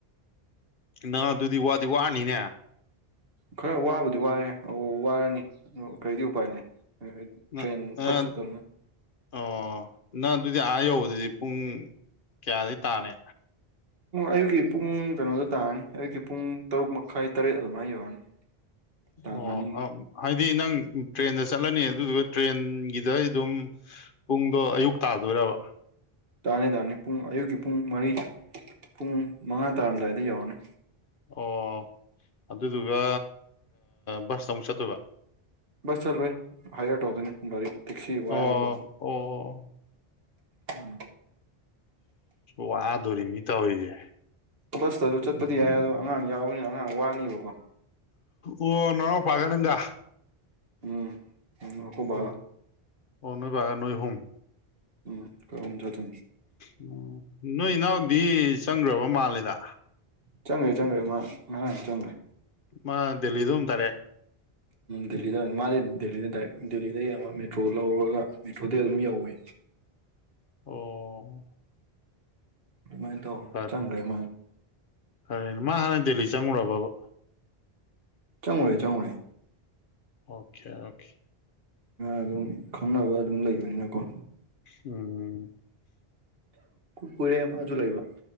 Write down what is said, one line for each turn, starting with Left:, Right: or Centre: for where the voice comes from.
Left: ꯅꯪ ꯑꯗꯨꯗꯤ ꯋꯥꯗꯤ ꯋꯥꯅꯤꯅꯦ
Right: ꯈꯔ ꯋꯥꯕꯨꯗꯤ ꯋꯥꯔꯦ ꯋꯥꯔꯅꯤ ꯀꯔꯤꯗꯤ ꯎꯄꯥꯏ ꯂꯩ
Left: ꯅꯪ
Right: ꯇ꯭ꯔꯦꯟ
Left: ꯅꯪ
Right: ꯄꯊ ꯇꯅ
Left: ꯑꯣ ꯅꯪ ꯑꯗꯨꯗꯤ ꯑꯥ ꯌꯧꯕꯗꯗꯤ ꯄꯨꯡ ꯀꯌꯥꯗꯒꯤꯩ ꯇꯥꯅꯤ
Right: ꯑꯌꯨꯛꯀꯤ ꯄꯨꯡ ꯀꯩꯅꯣꯗ ꯇꯥꯔꯅꯤ ꯑꯌꯨꯛꯀꯤ ꯄꯨꯡ ꯇꯔꯨꯛ ꯃꯈꯥꯏ ꯇꯔꯦꯠ ꯑꯗꯨꯃꯥꯏꯅ ꯌꯧꯔꯅꯤ ꯇꯥꯡ
Left: ꯑꯣ
Right: ꯑꯅꯤ
Left: ꯍꯥꯏꯗꯤ ꯅꯪ ꯇ꯭ꯔꯦꯟꯗ ꯆꯠꯂꯅꯤ ꯑꯗꯨꯗꯨꯒ ꯇ꯭ꯔꯦꯟꯒꯤꯗ ꯑꯗꯨꯝ ꯄꯨꯡꯗꯣ ꯑꯌꯨꯛ ꯇꯥꯗꯣꯏꯔꯕ
Right: ꯇꯥꯅꯤ ꯇꯥꯅꯤ ꯄꯨꯡ ꯑꯌꯨꯛꯀꯤ ꯄꯨꯡ ꯃꯔꯤ ꯄꯨꯡ ꯃꯉꯥ ꯇꯥꯔꯝꯗꯥꯏꯗ ꯌꯧꯔꯅꯤ
Left: ꯑꯣ ꯑꯗꯨꯗꯨꯒ ꯕꯁꯇ ꯑꯃꯨꯛ ꯆꯠꯇꯣꯏꯕ
Right: ꯕꯁ ꯆꯠꯂꯣꯏ ꯍꯥꯏꯌꯔ ꯇꯧꯗꯣꯏꯅꯤ ꯒꯥꯔꯤ ꯇꯦꯛꯁꯤ
Left: ꯑꯣ
Right: ꯋꯥꯏꯔꯦꯀꯣ
Left: ꯑꯣ
Right: ꯎꯝ
Left: ꯋꯥꯗꯣꯔꯤꯃꯤ ꯇ ꯑꯣꯏꯣꯏꯁꯦ
Right: ꯕꯁꯇꯁꯨ ꯆꯠꯄꯗꯤ ꯌꯥꯏ ꯑꯗꯣ ꯑꯉꯥꯡ ꯌꯥꯎꯕꯅꯤꯅ ꯑꯉꯥꯡ ꯋꯥꯅꯤꯕꯀꯣ
Left: ꯑꯣ ꯅꯔ ꯄꯥꯒ ꯅꯪꯒ
Right: ꯎꯝ ꯎꯝ ꯑꯩꯈꯣꯏ ꯕꯥꯒ
Left: ꯑ ꯑꯣ ꯅꯣꯏ ꯒ ꯅꯣꯏ ꯍꯨꯨꯝ
Right: ꯎꯝ ꯀꯝꯗ ꯑꯗꯨꯅꯤ
Left: ꯑꯣ ꯅꯣꯏ ꯏꯅꯥꯎꯗꯤ ꯆꯪꯈ꯭ꯔꯕ ꯃꯥꯜꯂꯦꯗ
Right: ꯆꯪꯒꯦ ꯆꯪꯒꯦ ꯉꯔꯥꯡ ꯆꯪꯒ꯭ꯔꯦ
Left: ꯃꯥ ꯗꯦꯜꯂꯤꯗ ꯎꯝ ꯇꯥꯔꯦ
Right: ꯗꯦꯜꯂꯤꯗ ꯑꯣꯏꯅ ꯃꯥꯗꯤ ꯗꯦꯜꯂꯤꯗ ꯗꯥꯏꯔꯦꯛ ꯗꯦꯜꯂꯤꯗꯡꯒ ꯃꯦꯇ꯭ꯔꯣ ꯂꯧꯔꯒ ꯃꯦꯇ꯭ꯔꯣꯗꯤ ꯑꯗꯨꯝ ꯌꯧꯋꯦ
Left: ꯑꯣ
Right: ꯑꯗꯨꯃꯥꯏꯅ ꯇꯧ
Left: ꯐꯔꯦ
Right: ꯆꯪꯈ꯭ꯔꯦ ꯃꯥꯜ
Left: ꯐꯔꯦꯅꯦ ꯃꯥ ꯍꯥꯟꯅ ꯗꯦꯜꯂꯤ ꯆꯪꯉꯨꯔꯕꯕ
Right: ꯆꯪꯉꯨꯔꯦ ꯆꯥꯡꯉꯨꯔꯦ
Left: ꯑꯣꯀꯦ ꯑꯣꯀꯦ
Right: ꯑꯗꯨꯝ ꯈꯪꯅꯕ ꯑꯗꯨꯝ ꯂꯩꯕꯅꯤꯅꯀꯣ
Left: ꯎꯝ
Right: ꯀꯨꯏꯔꯩ ꯑꯃꯁꯁꯨ ꯂꯩꯕ